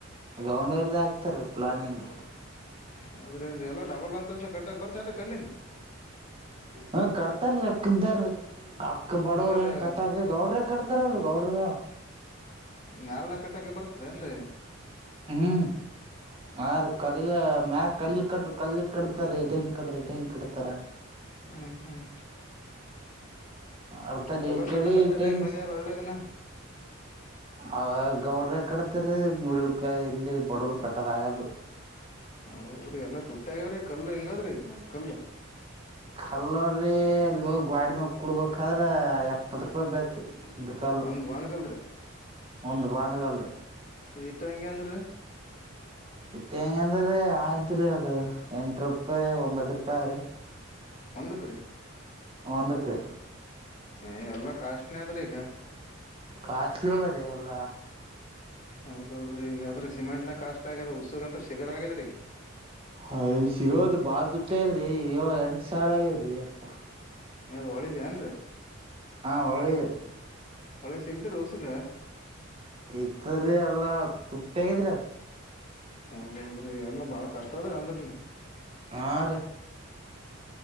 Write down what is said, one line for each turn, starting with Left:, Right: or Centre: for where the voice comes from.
Right: ಗೋರ್ಮೆಂಟ್ ಅವರೇ ಆಗ್ತಾರ ಪ್ಲಾನಿಂಗ್
Left: ಹೌದ್ರಂದ ಎಲ್ಲ ಡಬಲ್ ಅಂತಸ ಕಟ್ಟಕ್ ಬರ್ತನ್ ಕಲ್ಲಿಂದ
Right: ಹ ಕಟ್ತರಿ <unintelligible> ಅಕ್ಕ ಬಡವರು
Left: ಎಲ್ಲ ರೀ
Right: ಏನ್ ಕಟ್ಟಾರ ಗೌಡ್ರ ಕಟ್ತಾರ ಅವರು ಗೌಡ್ರಗ
Left: ಮೇಲ್ ಕಟ್ಟಕೆ ಬರ್ತದೇಏನ್ರರಿ
Right: ಹ್ಮ್ ಆ ರೀ ಕಲ್ ಮ್ಯ ಕಲ್ಲಿ ಕಟ್ರಿ ಕಲ್ಲಿ ಕಡತಾರೀ ಟೇಂಕ್ ಕಡ್ರಿ ಟ್ಯಾಂಕ್ ಇಡ್ತಾರ
Left: ಹ್ಮ್ ಹ್ಮ್
Right: ಅಡ್ತ ರ
Left: ಚಲೋ ಕಟ್ಟಕತ್ತಾರ್ರಿ
Right: ಕಡಿ ಟಿಂಗ್ಸ್
Left: ಈಗ ಮನೆ ಎಲ್ಲ ಹಳ್ಳ್ಯಾಗನ
Right: ಅವ ಗೌಡ್ರ ಕಡತರಿ ಮುಲುಕ ಇಲ್ಲಿ ಬಡವರು ಕಟ್ಟದಾಗ
Left: ಅವ್ರೀ ಎಲ್ಲಾ ತುಟ್ಟಗ್ಯಾವ್ರಿ ಕಲ್ಲು ಹೆಗದ್ರಿ ಕಲ್ಲು
Right: ಕಲ್ಲೋಡ್ರಿ ಅಲೋಗಿ ಗಾಡಿ ಮಾಗ ಕುಡ್ಬೇಕಾದ್ರ ಎಪ್ಪತ್ ರೂಪಾಯಿ ಬೇಕು ಅಂದು ಕಲ್ಲು
Left: ಒಂದ್ ಬಾಣಕಲ್ರಿ
Right: ಒಂದು ಬಾಂಡಗಲ್ಲ ರ
Left: ಈಟ ಹೆಂಗ ಅಂದ್ರೆ
Right: ಇತ್ತ ಹೆಂಗ ಅಂದ್ರೀ ಆಯ್ತ್ರಿ ಅದು ಎಂಟ ರೂಪಾಯಿ ಒಂಬತ್ ರೂಪಾಯಿ ಅದ್ರಿ
Left: ಒಂದಕ್ಕ ರೀ
Right: ಒಂದುಕ್ಕೆ ರೀ
Left: ಹ ಎಲ್ಲ ಕಾಸ್ಟ್ಲಿ ಆದ್ರೆ ಈಗ
Right: ಕಾಸ್ಟ್ಲಿ ಹೋಗ್ರೀ ಎಲ್ಲ
Left: ಹೌದೌದ್ರೀ ಅದ್ರೆ ಸಿಮೆಂಟ್ ನ ಕಾಸ್ಟ್ ಆಗ್ಯ ಉಸ್ಸುಗ ಅಂತ ಸಿಗದಾಗೇರೀ
Right: ಹಯ್ ಸಿಗೋದು ಬಾಳ ದುಡ್ಟ್ಟ ಇದ್ರಿ ಅಯೋ ಎಂಟ ಸಾವಿರ ಆಗದ್ರಿ ಅಪ್ಪ
Left: ಯ್ದ್ ಒಳಿದೆ ಏನ್ರರಿ
Right: ಹಾ ಒಳ್ಳದ್ರೀ
Left: ಒಳ್ಳೆ ಸಿಗ್ತ್ರ ಹೊಸುಗ
Right: ಈಗ್ತದ್ರೀ ಎಲ್ಲ ತುಟ್ಟಿಗಿದಿರ ಅದು
Left: ಹೌದೌದ್ರಿ ಅದನ ಬಾಳ ಕಷ್ಟ ಅದ ಅಂದ್ರನು
Right: ಆರಿ